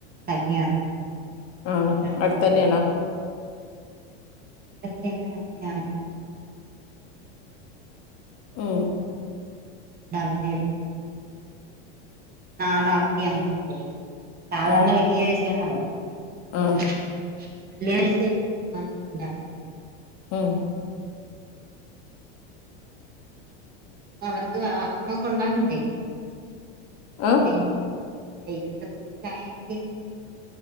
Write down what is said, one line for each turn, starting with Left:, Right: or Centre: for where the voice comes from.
Right: കല്യാണം അതുകൊണ്ട്
Left: ആഹ്
Right: ട്യൂഷൻ
Left: അടുത്തന്നെയാണോ
Right: ഇല്ല ഇവടത്തെ <inaudible>
Left: ഉം
Right: തുകൊണ്ട് അവര് ട്യൂഷൻ നാളെവധിയാണ് <inaudible> സാധാരണ
Left: ഉം
Right: വെള്ളിയാഴ്ചയാണ് അവധി അതുകൊണ്ട്
Left: ആഹ്
Right: വെള്ളിയാഴ്ച ആഹ് ഒണ്ടാരുന്നു
Left: ഉം
Right: പിന്നെ അവർക്ക് ഭക്ഷണൊക്കെ ഒണ്ടാക്കണ്ടേ വൈകിട്ടാതെന്
Left: ആഹ്
Right: വൈകിട്ടത്തേക്ക് ചായേം കടി <inaudible>